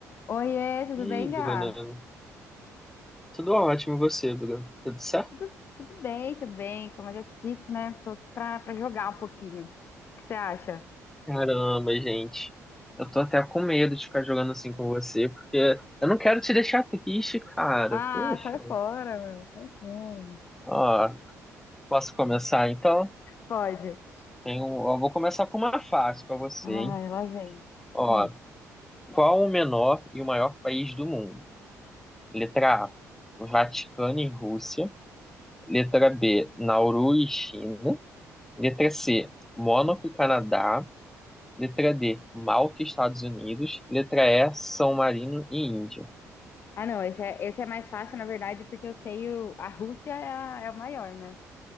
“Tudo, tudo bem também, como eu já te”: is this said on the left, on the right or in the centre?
Left